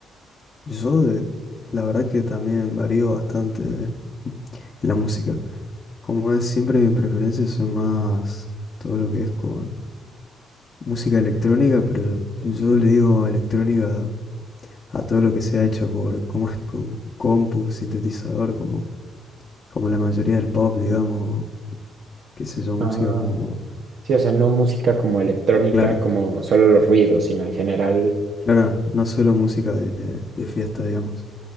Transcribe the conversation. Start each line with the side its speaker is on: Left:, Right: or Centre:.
Left: Yo, de- la verdad que también varío bastante en la música. Como es, siempre mis preferencias son más todo lo que es con música electrónica, pero yo le digo electrónica a todo lo que se ha hecho por, como, <laughs> con compu, sintetizador, como, como la mayoría del pop, digamos, qué sé yo, música
Right: Ah.
Left: como,
Right: Sí, o sea, no música como electrónica,
Left: claro.
Right: como solo los ruidos, sino en general,
Left: Claro, no solo música de, de fiesta, digamos.